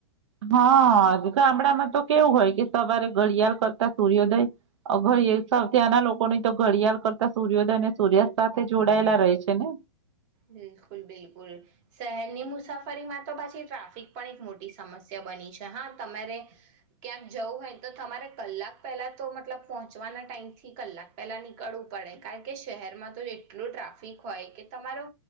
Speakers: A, on the right; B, on the right.
A: હા, ગામડામાં તો કેવું હોય કે સવારે ઘડિયાળ કરતા સૂર્યોદય થી ત્યાંના લોકોની તો ઘડિયાળ કરતા સૂર્યોદય અને સૂર્યાસ્ત સાથે જોડાયેલા રહે છે ને.
B: બિલકુલ, બિલકુલ, શહેરની મુસાફરીમાં તો પાછી ટ્રાફિક પણ એક મોટી સમસ્યા બની છે. હા, તમારે ક્યાંક જવું હોય તો તમારે કલાક પહેલા તો મતલબ પહોંચવાના ટાઈમથી કલાક પહેલા નીકળવું પડે, કારણ કે શહેરમાં તો એટલું ટ્રાફિક હોય કે તમારો